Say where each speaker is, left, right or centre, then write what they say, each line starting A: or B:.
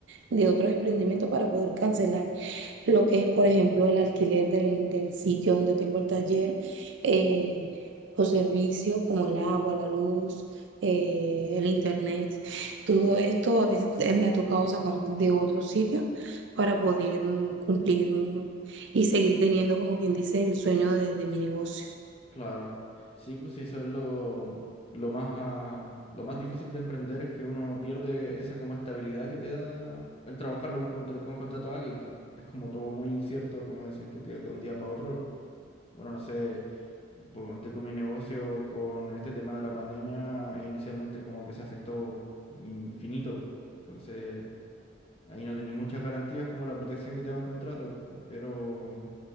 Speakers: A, on the right (about 70°); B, on the left (about 30°).
A: de otros emprendimientos para poder cancelar lo que es, por ejemplo, el alquiler del, del sitio donde tengo el taller. eh, los servicios como el agua, la luz, eh, el internet, todo esto a veces eh, me ha tocado sacar de otro sitio para poder mm, cumplir mm, y seguir teniendo, como quien dice, el sueño de, de mi negocio.
B: claro. Sí, pues sí, eso es lo, lo más, ah, lo más difícil de emprender es que uno pierde esa como estabilidad que te da el trabajarlo un contra- con contrato a alguien. pues. Es como todo muy incierto, como decís tú, que de un día para otro. Bueno, no sé, ponte tú mi negocio con este tema de la pandemia, e inicialmente como que se afectó infinito. Entonces, ahí no tenéis muchas garantías como la protección que te da un contrato, pe- pero